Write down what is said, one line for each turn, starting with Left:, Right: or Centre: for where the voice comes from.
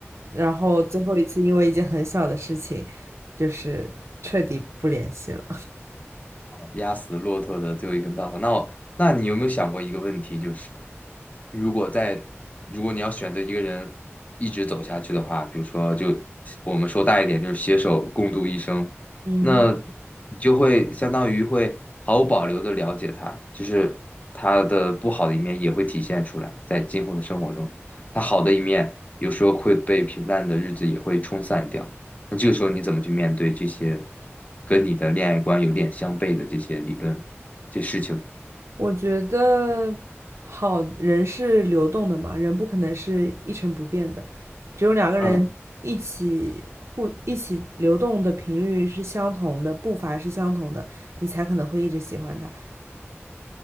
Right: 然后最后一次因为一件很小的事情，就是彻底不联系了。
Left: 压死骆驼的最后一根稻草。那我，那你有没有想过一个问题，就是如果在如果你要选择一个人一直走下去的话，比如说就我们说大一点，就是携手共度一生，
Right: 嗯哼，
Left: 那你就会相当于会毫无保留的了解他，就是他的不好的一面也会体现出来，在今后的生活中，他好的一面有时候会被平淡的日子也会冲散掉。那这个时候你怎么去面对这些跟你的恋爱观有点相悖的这些理论、这些事情？
Right: 我觉得好，人是流动的嘛，人不可能是一成不变的，只有两个人一起互一起流动的频率是相同的，
Left: 嗯，
Right: 步伐是相同的，你才可能会一直喜欢他。